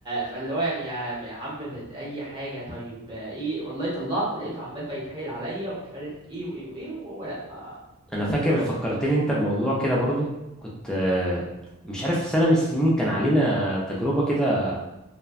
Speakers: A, on the right; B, in the centre.
A: فاللي هو يعني يا يا عم بت- اي حاجه طيب آه، ايه والله طلعته لقيته عمال بقى يتحايل عليا ومش عارف ايه وايه وايه وهو لا ما
B: أنا فاكر
A: خلاص
B: فكرتني
A: ما
B: أنت بموضوع كده برضو كنت آه، مش عارف سنة من السنين كان علينا تجربة كده